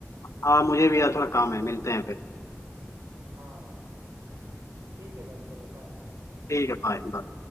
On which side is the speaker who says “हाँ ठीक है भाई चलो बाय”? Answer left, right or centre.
Right